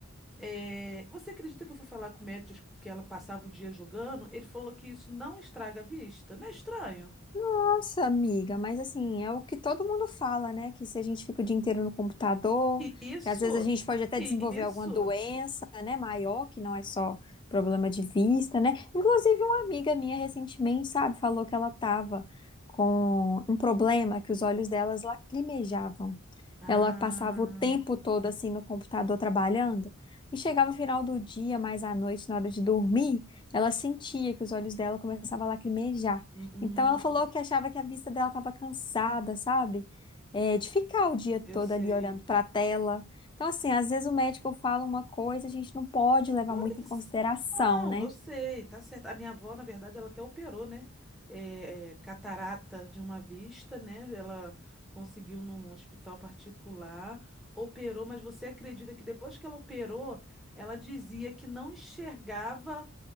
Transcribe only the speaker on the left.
Nossa, amiga, mas assim, é o que todo mundo fala, né? Que se a gente fica o dia inteiro no computador,
que às vezes a gente pode até
desenvolver alguma doença, né, maior, que não é só problema de vista, né? Inclusive, uma amiga minha recentemente, sabe, falou que ela tava com um problema que os olhos delas lacrimejavam.
Ela passava o tempo todo assim no computador trabalhando e chegava no final do dia, mais à noite, na hora de dormir, ela sentia que os olhos dela começavam a lacrimejar.
Então ela falou que achava que a vista dela estava cansada, sabe? É, de ficar o dia
todo
ali olhando para a tela. Então, assim, às vezes o médico fala uma coisa, a gente não pode levar
muito em consideração,
né?